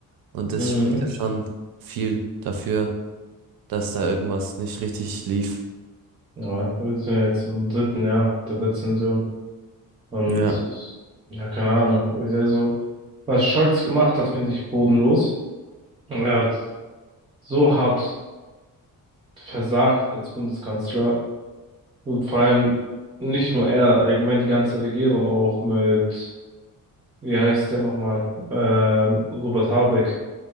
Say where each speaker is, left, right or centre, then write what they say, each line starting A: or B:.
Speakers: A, on the right; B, on the right.
A: Und
B: mhm.
A: das spricht ja schon viel dafür, dass da irgendwas nicht richtig lief.
B: Ja, wir sind ja jetzt im dritten Jahr der Rezension und
A: Ja,
B: ja, keine Ahnung. Also, was Scholz gemacht hat, finde ich bodenlos. Er hat so hart versagt als Bundeskanzler. Und vor allem nicht nur er, allgemein die ganze Regierung auch mit, wie heißt der nochmal, ähm, Robert Habeck.